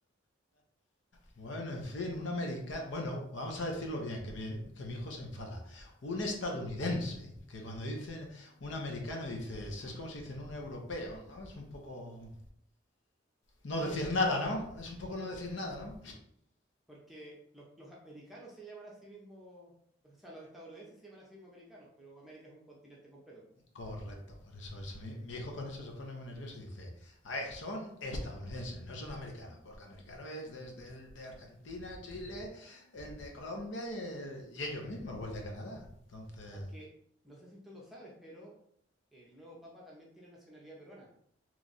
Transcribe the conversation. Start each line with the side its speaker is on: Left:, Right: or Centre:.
Left: Bueno, en fin, un americano. Bueno, vamos a decirlo bien, que mi, que mi hijo se enfada. Un estadounidense, que cuando dicen un americano, dices, es como si dicen un europeo, ¿no? Es un poco no
Centre: Sí,
Left: decir
Centre: porque,
Left: nada,
Centre: de
Left: ¿no?
Centre: hecho-
Left: Es un poco no decir nada,
Centre: por-
Left: ¿no?
Centre: porque los, los americanos se llaman a sí mismos, o sea, los estadounidenses se llaman a sí mismos americanos, pero América es un continente completo.
Left: Correcto, por eso, por eso. Mi, mi hijo con eso se pone muy nervioso y dice, a ver, son estadounidenses, no son americanos, porque americano es desde el de Argentina, Chile, el de Colombia y, el- y ellos mismos, o el de Canadá. Entonces,
Centre: Aunque no sé si tú lo sabes, pero el nuevo papa también tiene nacionalidad peruana.